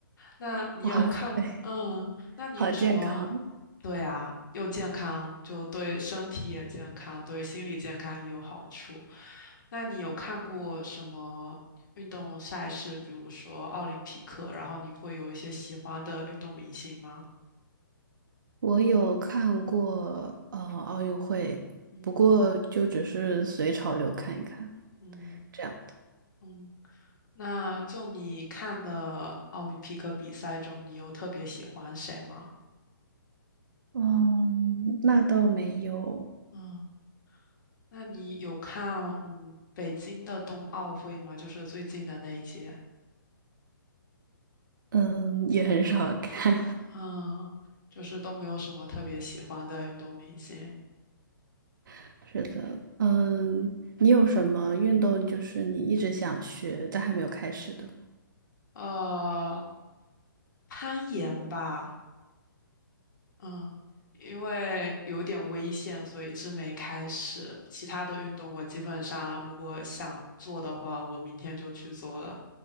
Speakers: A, on the left (about 60°); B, on the right (about 60°).
A: 那你有看，
B: <laughs> 哇塞，
A: 嗯，那你有什么？
B: 好健康！
A: 对啊，又健康，就对身体也健康，对心理健康也有好处。那你有看过什么运动赛事，比如说奥林匹克，然后你会有一些喜欢的运动明星吗？
B: 我有看过呃奥运会，
A: 嗯
B: 不过就只是随潮流看一看
A: 嗯
B: 这样。
A: 嗯。那就你看的奥林匹克比赛中，你有特别喜欢谁吗？
B: 嗯，那倒没有，
A: 嗯，那你有看嗯北京的冬奥会吗？就是最近的那一届。
B: 嗯，也很少看。
A: 嗯，就是都没有什么特别喜欢的运动明星。
B: <laughs> 是的，嗯，你有什么运动就是你一直想学但还没有开始的吗？
A: 呃，攀岩吧，嗯，因为有点危险，所以一直没开始。其他的运动我基本上如果想做的话，我明天就去做了。